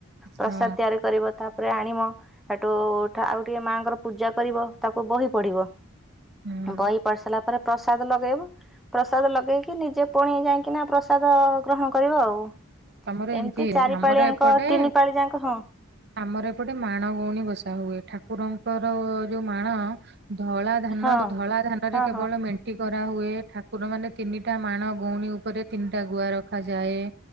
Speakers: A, on the right; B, in the centre.
A: ଆଚ୍ଛା।
B: ପ୍ରସାଦ ତିଆରି କରିବ ତା ଉପରେ ଆଣିମ ହେଠୁ ଆଉ ଟିକେ ମାଙ୍କର ପୂଜା କରିବ ତାକୁ ବହି ପଢିବ।
A: ହୁଁ
B: ବହି ପଢି ସାରିଲା ପରେ ପ୍ରସାଦ ଲଗେଇବ। ପ୍ରସାଦ ଲଗେଇକି ନିଜେ ପୁଣି ଯାଇକିନା ପ୍ରସାଦ ଗ୍ରହଣ କରିବ ଆଉ
A: ତମର
B: ଏମିତି ଚାରି
A: ଆମର
B: ପାଳିଆଙ୍କ
A: ଏପଟେ
B: ତିନି ପାଳି ଯାଙ୍କ ହଁ।
A: ଆମର ଏପଟେ ମାଣ ଗଉଣୀ ବସା ହୁଏ। ଠାକୁରଙ୍କର ଯୋଉ ମାଣ ଧଳା ଧାନ
B: ହଁ
A: ଧଳା ଧାନରେ
B: ହଁ
A: କେବଳ ମେଣ୍ଟି କରି ରା ହୁଏ ଠାକୁର ମାନେ ତିନିଟା ମାଣ ଗଉଣୀ ଉପରେ ତିନିଟା ଗୁଆ ରଖାଯାଏ।